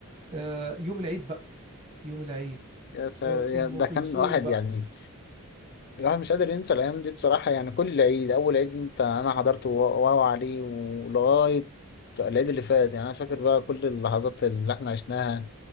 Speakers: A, on the right; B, on the left.
A: آه، يوم العيد بقى يوم العيد
B: يا سا...
A: آه،
B: يا-
A: ام
B: ده
A: كلثوم
B: كان واحد
A: بقى
B: يعني الواحد مش قادر ينسى الأيام دي بصراحة يعني كل عيد أول عيد أنت أنا حضرته و- واو عليه ولغاية العيد اللي فات يعني أنا فاكر بقى كل اللحظات اللي إحنا عشناها